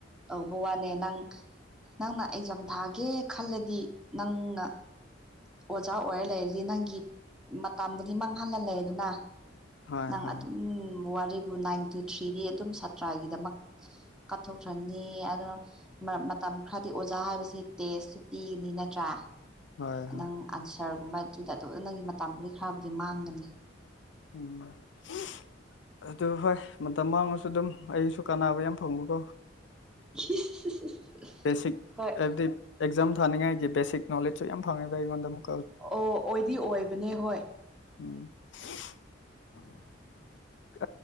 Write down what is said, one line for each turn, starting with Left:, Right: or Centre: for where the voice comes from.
Centre: ꯇꯧꯕ ꯋꯥꯅꯦ ꯅꯪ ꯅꯪꯅ ꯑꯦꯛꯖꯥꯝ ꯊꯥꯒꯦ ꯈꯜꯂꯗꯤ ꯅꯪꯅ ꯑꯣꯖꯥ ꯑꯣꯏꯔ ꯂꯩꯔꯗꯤ ꯅꯪꯒꯤ ꯃꯇꯝꯕꯨꯗꯤ ꯃꯥꯡꯍꯜꯂ ꯂꯩꯔ ꯗꯨꯅ
Left: ꯍꯣꯏ
Centre: ꯅꯪ
Left: ꯍꯣꯏ
Centre: ꯑꯗꯨꯝ ꯋꯥꯔꯤꯕꯨ <unintelligible> ꯇꯨ ꯊ꯭ꯔꯤꯗꯤ ꯑꯗꯨꯝ ꯁꯥꯇ꯭ꯔꯥꯒꯤꯗꯃꯛ ꯀꯊꯣꯛꯈ꯭ꯔꯅꯤ ꯑꯗꯨꯨꯅ ꯃ ꯃꯇꯝ ꯈꯔꯗꯤ ꯑꯣꯖꯥ ꯍꯥꯏꯕꯁꯤ ꯇꯦꯁꯁꯨ ꯄꯤꯒꯅꯤ ꯅꯠꯇ꯭ꯔꯥ
Left: ꯍꯣꯏ ꯍꯣꯏ
Centre: ꯅꯪ ꯑꯟꯁꯔꯒꯨꯝꯕ ꯑꯗꯨꯗ ꯑꯗꯨ ꯅꯪꯒꯤ ꯃꯇꯝꯕꯨꯗꯤ ꯈꯔꯕꯨꯗꯤ ꯃꯥꯡꯒꯅꯤ
Left: ꯎꯝ <unintelligible> ꯑꯗꯨ ꯍꯣꯏ ꯃꯇꯝ ꯃꯥꯡꯉꯁꯨ ꯑꯗꯨꯝ ꯑꯩꯁꯨ ꯀꯥꯟꯅꯕ ꯌꯥꯝ ꯐꯪꯕꯀꯣ
Centre: <unintelligible>
Left: ꯕꯦꯁꯤꯛ
Centre: ꯍꯣꯏ
Left: ꯍꯥꯏꯕꯗꯤ ꯑꯦꯛꯖꯥꯝ ꯊꯥꯅꯤꯡꯉꯥꯏꯒꯤ ꯕꯦꯁꯤꯛ ꯅꯣꯂꯦꯠꯁ ꯌꯥꯝ ꯐꯪꯉꯦꯕ ꯑꯩꯉꯣꯟꯗ ꯑꯃꯨꯛ
Centre: ꯑꯣ ꯑꯣꯏꯗꯤ ꯑꯣꯏꯕꯅꯦ ꯍꯣꯏ
Left: ꯎꯝ <unintelligible>